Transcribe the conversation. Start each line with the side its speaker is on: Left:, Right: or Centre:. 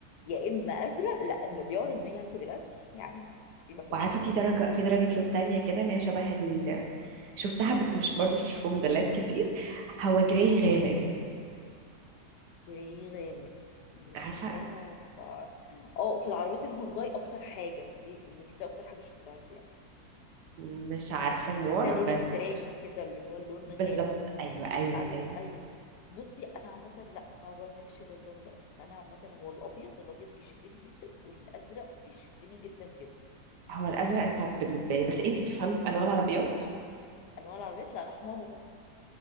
Left: يا اما ازرق لا مليار المية هاخد الازرق يعني دي ما فيهاش
Right: وعارفه
Left: كلام
Right: في درجه في درجه لون تانية كده اللي هي شبه ال... شفتها بس مش برضه مش في موديلات كتير هو جراي غامق كده
Left: ليه غامق مش
Right: عارفه
Left: فاكراها ف... اه في العربيات الهونداي اكتر حاجه دي يمكن دي اكتر حاجه شفتها فيها
Right: مش عارفه النوع
Left: تحسيها لون
Right: بس
Left: الفراني كده اللي هو اللون
Right: بالظبط
Left: غامق
Right: ايوه ايوه
Left: ايوه
Right: ايوه
Left: ايوه بصي انا عامه لا ما بعملش للون ده بس انا عامه هو الابيض الابيض بيشدني جدا والازرق بيشدني جدا جدا
Right: هو الازرق الطب بالنسبه لي بس انت بتفهمي في انواع العربيات
Left: انواع العربيات لا انا حماره طبعا